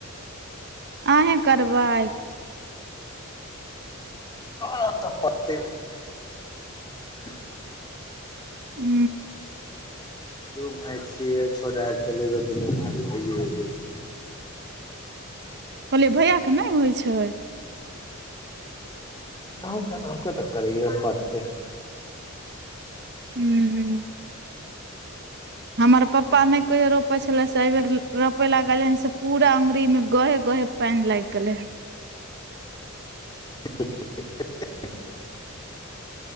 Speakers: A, on the right; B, on the left.
A: अहीँ करबै
B: कार तऽ पत्ते नहि ह
A: हू
B: दू भायई छियै कोदार चलेबै दुनू भाय भै जेतै
A: कहलियै भैया के नहि होइ छै
B: केनाहु केनाहुके तऽ करैए पड़तै
A: हू हू हमर पप्पा नहि कहियो रोपै छलै से एहि बेर रोपय लागलै हन से पूरा अङ्गुरीमे गहे गहे पानि लागि गेलै ह
B: ह ह ह